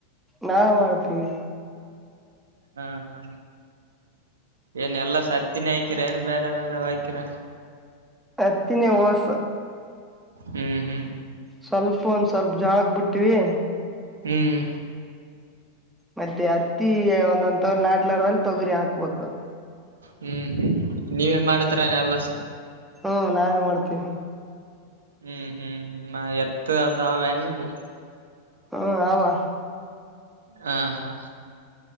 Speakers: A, in the centre; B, on the right (about 65°).
A: ನಾವೆ ಮಾಡ್ತಿವಿ
B: ಹಾ ಹಾ ಏನ್ ಎಲ್ಲಾ ಸತ್ತಿನ ಹಕಿರ ಏನು ಬೇರೆ ಬೇರೆ ಅಕಿರ
A: ಅತ್ತಿನೇ ವೋಸು
B: ಹ್ಮ್ ಹ್ಮ್
A: ಸ್ವಲ್ಪ ಒಂದ್ ಸ್ವಲ್ಪ ಜಾಳಕ್ ಬಿಟ್ಟೀವಿ
B: ಹ್ಮ್
A: ಮತ್ತೆ ಅತ್ತಿ ಒಂದಂದ ನಾಟ್ಲಾರದಲ್ಲಿ ತೊಗರಿ ಹಾಕ್ಬೇಕು
B: ಹ್ಮ್ ನೀವೇನ್ ಮಾಡಿದ್ರ ಎಲ್ಲಸ
A: ಹ್ಮ್ ನಾವೇ ಮಾಡ್ತೀವಿ
B: ಹ್ಮ್ ಹ್ಮ್ ಹ್ಮ್ ಎತ್ತು ಅದುೆ ನಿಂಬು
A: ಹ್ಮ್ ಆವಾ
B: ಹಾ ಹಾ